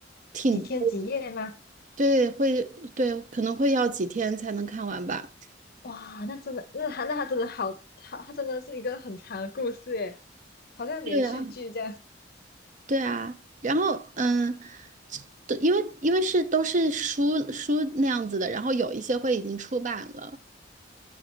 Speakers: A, on the right; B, on the left.
A: 挺，
B: 几天几夜吗？
A: 对，会，对，可能会要几天才能看完吧。
B: 哇，那真的，那他那他真的好，他他真的是一个很长的故事诶，好像连续剧这样。
A: 对啊，对啊，然后嗯，这都因为因为是都是书书那样子的，然后有一些会已经出版了。